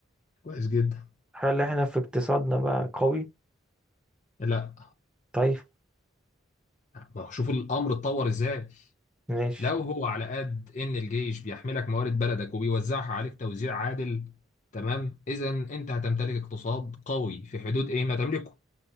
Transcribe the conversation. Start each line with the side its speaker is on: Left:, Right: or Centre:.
Left: كويس جدا
Centre: هل احنا في اقتصادنا بقى قوي
Left: لا
Centre: طيب
Left: ما هو شوف الامر اتطور ازاي
Centre: ماشي
Left: لو هو على قد ان الجيش بيحملك موارد بلدك وبيوزعها عليك توزيع عادل تمام اذا انت هتمتلك اقتصاد قوي في حدود ايه ما تملكه